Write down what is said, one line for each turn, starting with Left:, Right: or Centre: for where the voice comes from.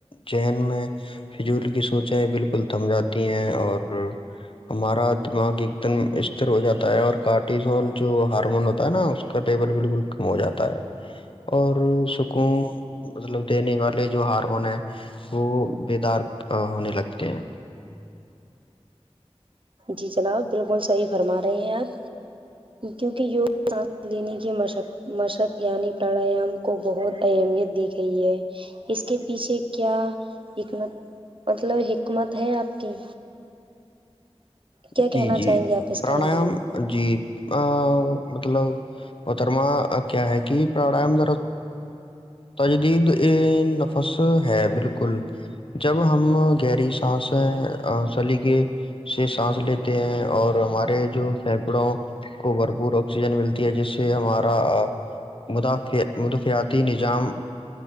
Left: ذہن میں فضول کی سوچیں بالکل تھم جاتی ہیں اور ہمارا دماغ ایک دم استر ہو جاتا ہے اور کاٹ ہ ہوتا ہے ن اس ب ک ہو جاتا ہے اور سکوں مطلب دینے والے جو ہارمون ہیں وہ بیدار ہونے لگتا ا کیا
Right: جی جناب بالکل صحیح فرما رہے ہیں آپ کیونکہ یوگ سانس لینے کی مشق مشق یعنی پرانایام کو بہت اہمیت دی گئی ہے اس کے پیچھے کیا حکمت مطلب حکمت ہے آپ کی کیا
Left: جی
Right: کہنا
Left: جی
Right: چاہیں گے آپ اس
Left: پرانیام
Right: کے بارے میں
Left: جی ا مطلب اترما کیا ہے کہ پرڑام تجدید ا نفس ہے بالکل جب ہم گہری سانسیں سلی ش سانس لیتے ہیں اور ہمارے جو پھیپڑوں کو بھرپور آکسیجن ملتی ہے جس سے ہماراداف مدافیاتی نظام